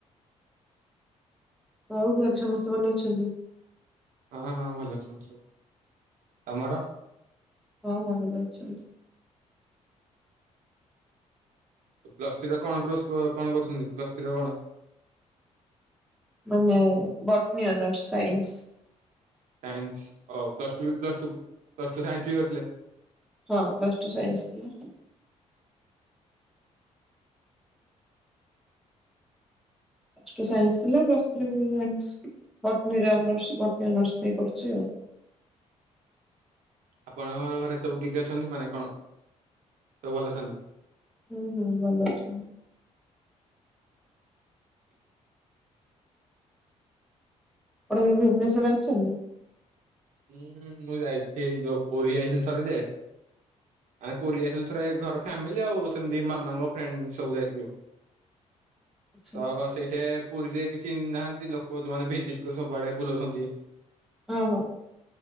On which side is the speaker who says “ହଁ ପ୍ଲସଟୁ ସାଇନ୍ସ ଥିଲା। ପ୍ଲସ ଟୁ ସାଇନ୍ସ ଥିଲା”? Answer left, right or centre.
Centre